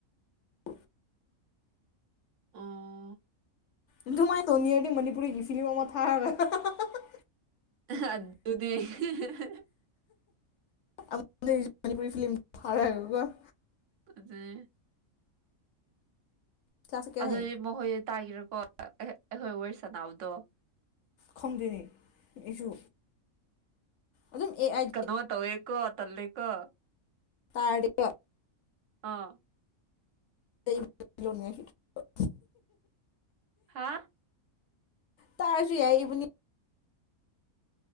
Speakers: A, on the left; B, on the right.
A: <inaudible>
B: ꯑꯣ
A: ꯑꯗꯨꯃꯥꯥꯏ ꯇꯧꯅꯤꯔꯗꯤ ꯃꯅꯤꯄꯨꯔꯤꯒꯤ ꯐꯤꯔꯝ ꯑꯃ ꯊꯥꯔꯒ ꯍ-ꯍꯥ-ꯍꯥ-ꯍꯥ-ꯍ
B: ꯑꯥ ꯑꯗꯨꯗꯤ ꯍꯤꯍꯤ ꯍ ꯍ
A: ꯑꯃꯗꯩꯁꯨ ꯃꯅꯤꯄꯨꯔꯤ ꯐ꯭ꯂꯤꯝ ꯊꯥꯔꯒ ꯀꯣ
B: ꯑꯗꯨꯅꯦ
A: ꯀ꯭ꯂꯥꯁ ꯀꯌꯥ
B: ꯑꯗꯨꯗꯤ
A: ꯍꯌꯦꯡ
B: ꯃꯣꯍꯣꯢ ꯇꯥꯒꯤꯔꯣꯏꯀꯣ ꯑꯈꯣꯏ ꯋꯥꯔꯤ ꯁꯅꯥꯕꯗꯣ
A: ꯈꯪꯗꯦꯅꯦ ꯑꯩꯁꯨ꯫ ꯑꯗꯨꯝ ꯑꯦ ꯑꯥꯏ
B: ꯀꯟꯅꯣ ꯇꯧꯋꯦꯀꯣ ꯇꯜꯂꯦꯀꯣ꯫
A: ꯇꯥꯔꯦ <inaudible>
B: ꯑꯥ
A: <unintelligible>
B: ꯍꯥ꯫
A: ꯇꯥꯔꯁꯨ ꯌꯥꯏ ꯑꯩꯕꯨꯅꯤ